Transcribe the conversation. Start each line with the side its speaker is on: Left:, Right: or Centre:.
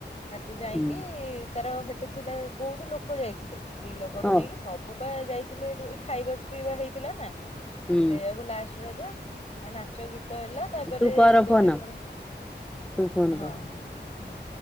Left: ହାଟୁ ଯାଇକି
Centre: ହୁଁ
Left: ତାର ସେଠି। ଥିଲା ବହୁତ ଲୋକ ଯାଇଥିଲେ। ସ୍ତ୍ରୀ ଲୋକଠୁ
Centre: ହଉ
Left: ନେଇକି ସବୁ ଯାଇଥିଲେ ଖାଇବା ପିଇବା ହେଇଥିଲା ନା।
Centre: ହୁଁ
Left: ସେଇଆକୁ ଲାଷ୍ଟ ରଜ ନାଚ ଗୀତ ତ ହେଲା ତାପରେ
Centre: ତୁ କର
Left: ଦୋଳି
Centre: ଫୋନ
Left: ପୋଳି
Centre: ତୁ ଫୋନ
Left: ହଁ
Centre: କର।
Left: ହଁ ହ।